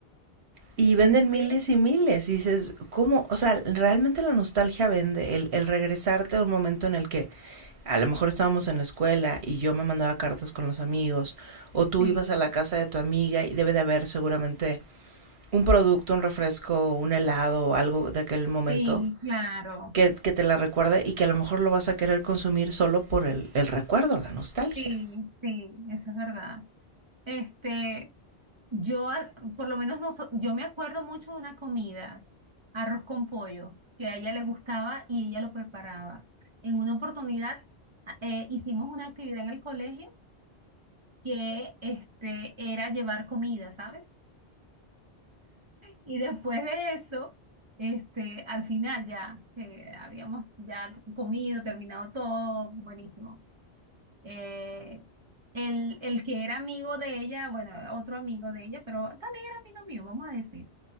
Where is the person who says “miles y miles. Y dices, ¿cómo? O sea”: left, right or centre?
Right